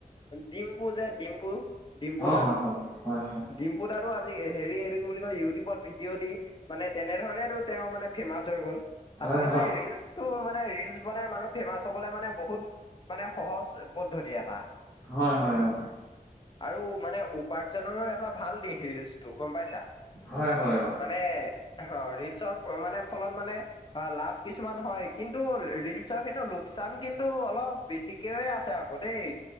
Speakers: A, on the left; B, on the left.
A: ডিম্পু, যে ডিম্পু ডিম্পু
B: অ,
A: দা
B: হয়, হয়, হয়, হয়।
A: ডিম্পু দাতটো আজি হেৰি এইটো কি বুলি কয় ইউটিউবত ভিডিঅ' দি মানে তেনেধৰণেটো তেওঁ মানে ফেমাচ হৈ গ'ল।
B: হয়
A: আচলতে ৰিলচটো মানে ৰিলচ বনাই মানুহ ফেমাছ হ'বলৈ মানে বহুত মানে সহজ পদ্ধতি এটা।
B: হয়, হয়, অ।
A: আৰু মানে উপাৰ্জনৰ এটা ভাল দিশ ৰিলচ। ত গম পাইছা,
B: হয় হয় অ
A: মানে অ ৰিলচৰ মানে ফলত মানে অ লাভ কিছুমান হয় কিন্তু ৰিলচৰ কিন্তু লোকচান কিন্তু অলপ বেছিকেয়ে আছে আকৌ দেই।